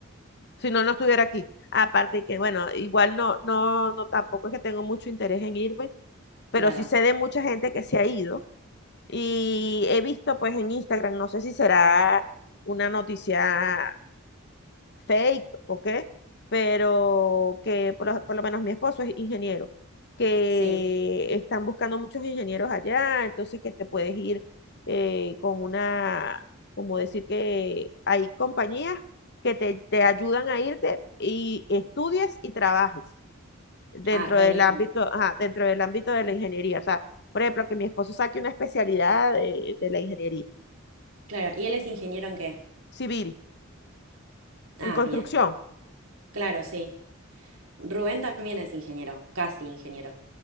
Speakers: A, on the left; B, on the right.
A: Si no, no estuviera aquí. Aparte que, bueno, igual no, no, no, tampoco es que tengo mucho interés en irme pero
B: claro.
A: sí sé de mucha gente que se ha ido y he visto pues en Instagram, no sé si será una noticia fake o qué, pero que por lo, por lo menos mi esposo es ingeniero, que
B: Sí.
A: están buscando muchos ingenieros allá, entonces que te puedes ir eh, con una, como decir que hay compañías que te, te ayudan a irte y estudies y trabajes dentro
B: Ah, re
A: del
B: bien.
A: ámbito, ajá, dentro del ámbito de la ingeniería. O sea, por ejemplo, que mi esposo saque una especialidad de, de la ingeniería
B: Claro. ¿Y él es ingeniero en qué?
A: civil,
B: Ah,
A: en construcción.
B: bien. Claro, sí. Rubén también es ingeniero, casi ingeniero.